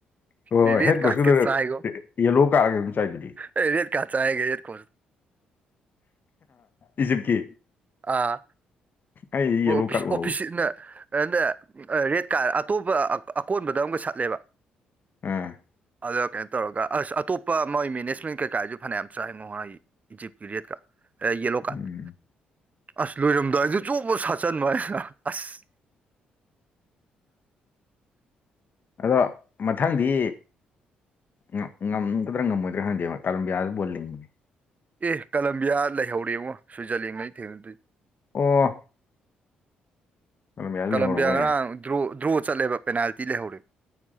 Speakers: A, on the left; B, on the right.
A: ꯍꯣ
B: ꯔꯦꯠ
A: ꯍꯣꯏ ꯍꯦꯠ
B: ꯀꯥꯔꯠꯀ
A: ꯀꯁꯨꯂꯣꯏꯔꯛ
B: ꯆꯥꯏꯒꯣ
A: ꯌꯦ ꯌꯦꯂꯣ ꯀꯥꯒꯩ ꯗꯨꯝ ꯆꯥꯏꯗꯨꯗꯤ
B: ꯑꯦ ꯔꯦꯗ ꯀꯥ꯭ꯔꯗ ꯆꯥꯏꯒꯦ ꯔꯦꯗ ꯀꯣꯟ
A: ꯏꯖꯤꯞꯀꯤ
B: ꯑꯥ
A: ꯑꯩ
B: ꯃꯣ
A: ꯌꯦꯜꯂꯣ
B: ꯑꯣꯐꯤꯁ
A: ꯀꯥꯔꯠ ꯎꯍꯧꯋꯤ
B: ꯑꯣꯐꯤꯁꯁꯤꯠꯅ ꯑꯟ ꯅꯦ ꯔꯦꯗ ꯀꯥ꯭ꯔꯗ ꯑꯇꯣꯞꯄ ꯑꯥ ꯑ ꯑꯀꯣꯟꯕꯗ ꯑꯝꯒ ꯁꯠꯂꯦꯕ
A: ꯎꯝ
B: ꯑꯗ ꯀꯩꯟ ꯇꯧꯔꯒ ꯑꯁ ꯑꯇꯣꯞꯄ ꯃꯣꯏ ꯃꯦꯅꯦꯖꯃꯦꯟ ꯀꯩꯀꯥꯖꯨ ꯐꯅ꯭ꯌꯥꯝ ꯆꯥꯏꯉꯣ ꯑꯥꯏ ꯏꯖꯤꯞꯀꯤ ꯔꯦꯗꯀ ꯑꯦ ꯌꯦꯜꯂꯣ ꯀꯥꯗ
A: ꯎꯝ
B: ꯑꯁ ꯂꯣꯏꯔꯝꯗꯥꯏꯗ ꯆꯣꯞ ꯕ ꯁꯥꯠꯆꯟꯕ ꯋꯥꯅꯤ ꯅ ꯑꯁ
A: ꯑꯗꯣ ꯃꯊꯪꯗꯤ ꯉꯝ ꯉꯝꯒꯗ꯭ꯔ ꯉꯝꯃꯣꯏꯗ꯭ꯔ ꯈꯪꯗꯦꯕꯣ ꯀꯂꯝꯕꯤꯌꯥꯖꯨ ꯕꯣꯜ ꯂꯤꯡꯕ
B: ꯑꯦ ꯀꯂꯝꯕꯤꯌꯥ ꯂꯩꯍꯧꯔꯦꯉꯣ ꯁ꯭ꯋꯤꯖꯔꯂꯦꯟꯒꯅꯤ ꯊꯦꯡꯅꯗꯣꯏ
A: ꯑꯣ ꯀꯂꯝꯕꯤꯌꯥꯁꯨ
B: ꯀꯂꯝꯕꯤꯌꯥ
A: ꯂꯩꯍꯧꯔꯕ ꯑꯣꯏꯔꯦ
B: ꯉꯔꯥꯡ ꯗ꯭ꯔꯣ ꯗ꯭ꯔꯣ ꯆꯠꯂꯦꯕ ꯄꯦꯅꯥꯜꯇꯤ ꯂꯩꯍꯧꯔꯦ